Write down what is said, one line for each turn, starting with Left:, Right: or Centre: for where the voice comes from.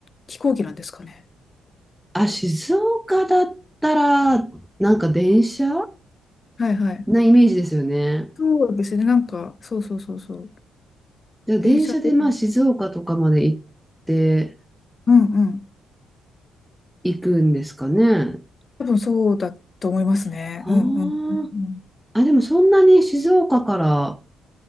Left: 飛行機なんですかね。
Centre: あ、静岡だったら、なんか電車
Left: はいはい。
Centre: なイメージですよね。
Left: そうですね、なんか、そうそうそうそう。
Centre: じゃあ電車でまあ静岡とかまで行って
Left: 電車で、うんうん。
Centre: 行くんですかね。
Left: 多分そうだと思いますね。
Centre: は
Left: うんうんうんうん。
Centre: あ。あ、でもそんなに静岡から